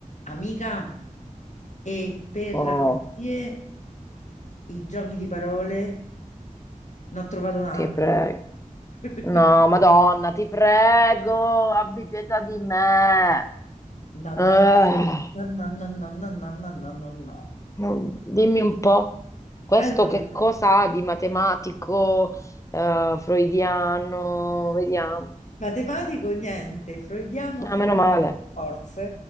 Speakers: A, on the left; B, on the left.
A: Amica, e per
B: Oh,
A: la serie i giochi di parole ne ho trovato un altro.
B: ti prego.
A: <laughs>
B: No, Madonna, ti prego, abbi pietà di me.
A: No,
B: Ah,
A: no, no, no, no, no, no, no, no, no, no, no.
B: non- dimmi un po', questo
A: Allora,
B: che cosa ha di matematico, eh, freudiano? Vediamo.
A: matematico niente, freudiano
B: Ah, meno male.
A: forse,